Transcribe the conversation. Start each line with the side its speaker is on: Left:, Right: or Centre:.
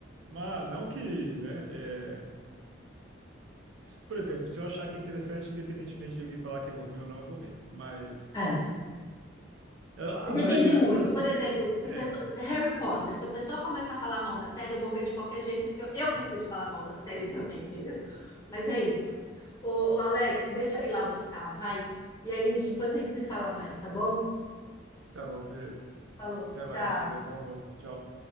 Right: Mas não que, né? é, Por exemplo, se eu achar que é interessante, independentemente de alguém falar que é ruim ou não, eu vou ver. Mas
Left: É.
Right: eu- a
Left: Depende
Right: maioria dos
Left: muito.
Right: fãs.
Left: Por exemplo, se
Right: É.
Left: o pessoal, se Harry Potter, se o pessoal começar a falar mal da série, eu vou ver de qualquer jeito, porque eu, eu preciso falar mal da série também, entendeu Mas é isso. Ô, ô, Alex, deixa eu ir lá almoçar, vai. E aí depois a gente se fala mais, tá bom?
Right: Tá bom, beleza.
Left: Falou,
Right: Até
Left: tchau.
Right: mais, Sheila. Bom almoço. Tchau.